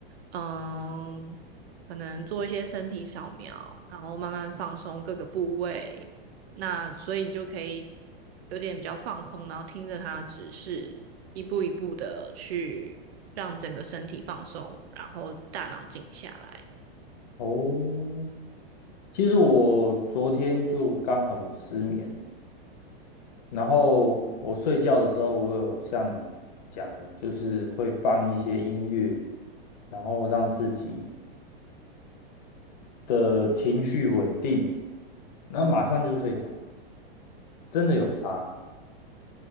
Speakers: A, on the right; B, on the left.
A: 嗯，可能做一些身体扫描，然后慢慢放松各个部位，那所以你就可以有点比较放空，然后听着它指示，一步一步的去让整个身体放松，然后大脑静下来。
B: 哦，其实我昨天就刚好有失眠呢。然后我睡觉的时候，我有像你讲的，就是会放一些音乐，然后让自己的情绪稳定，那马上就睡着，真的有差。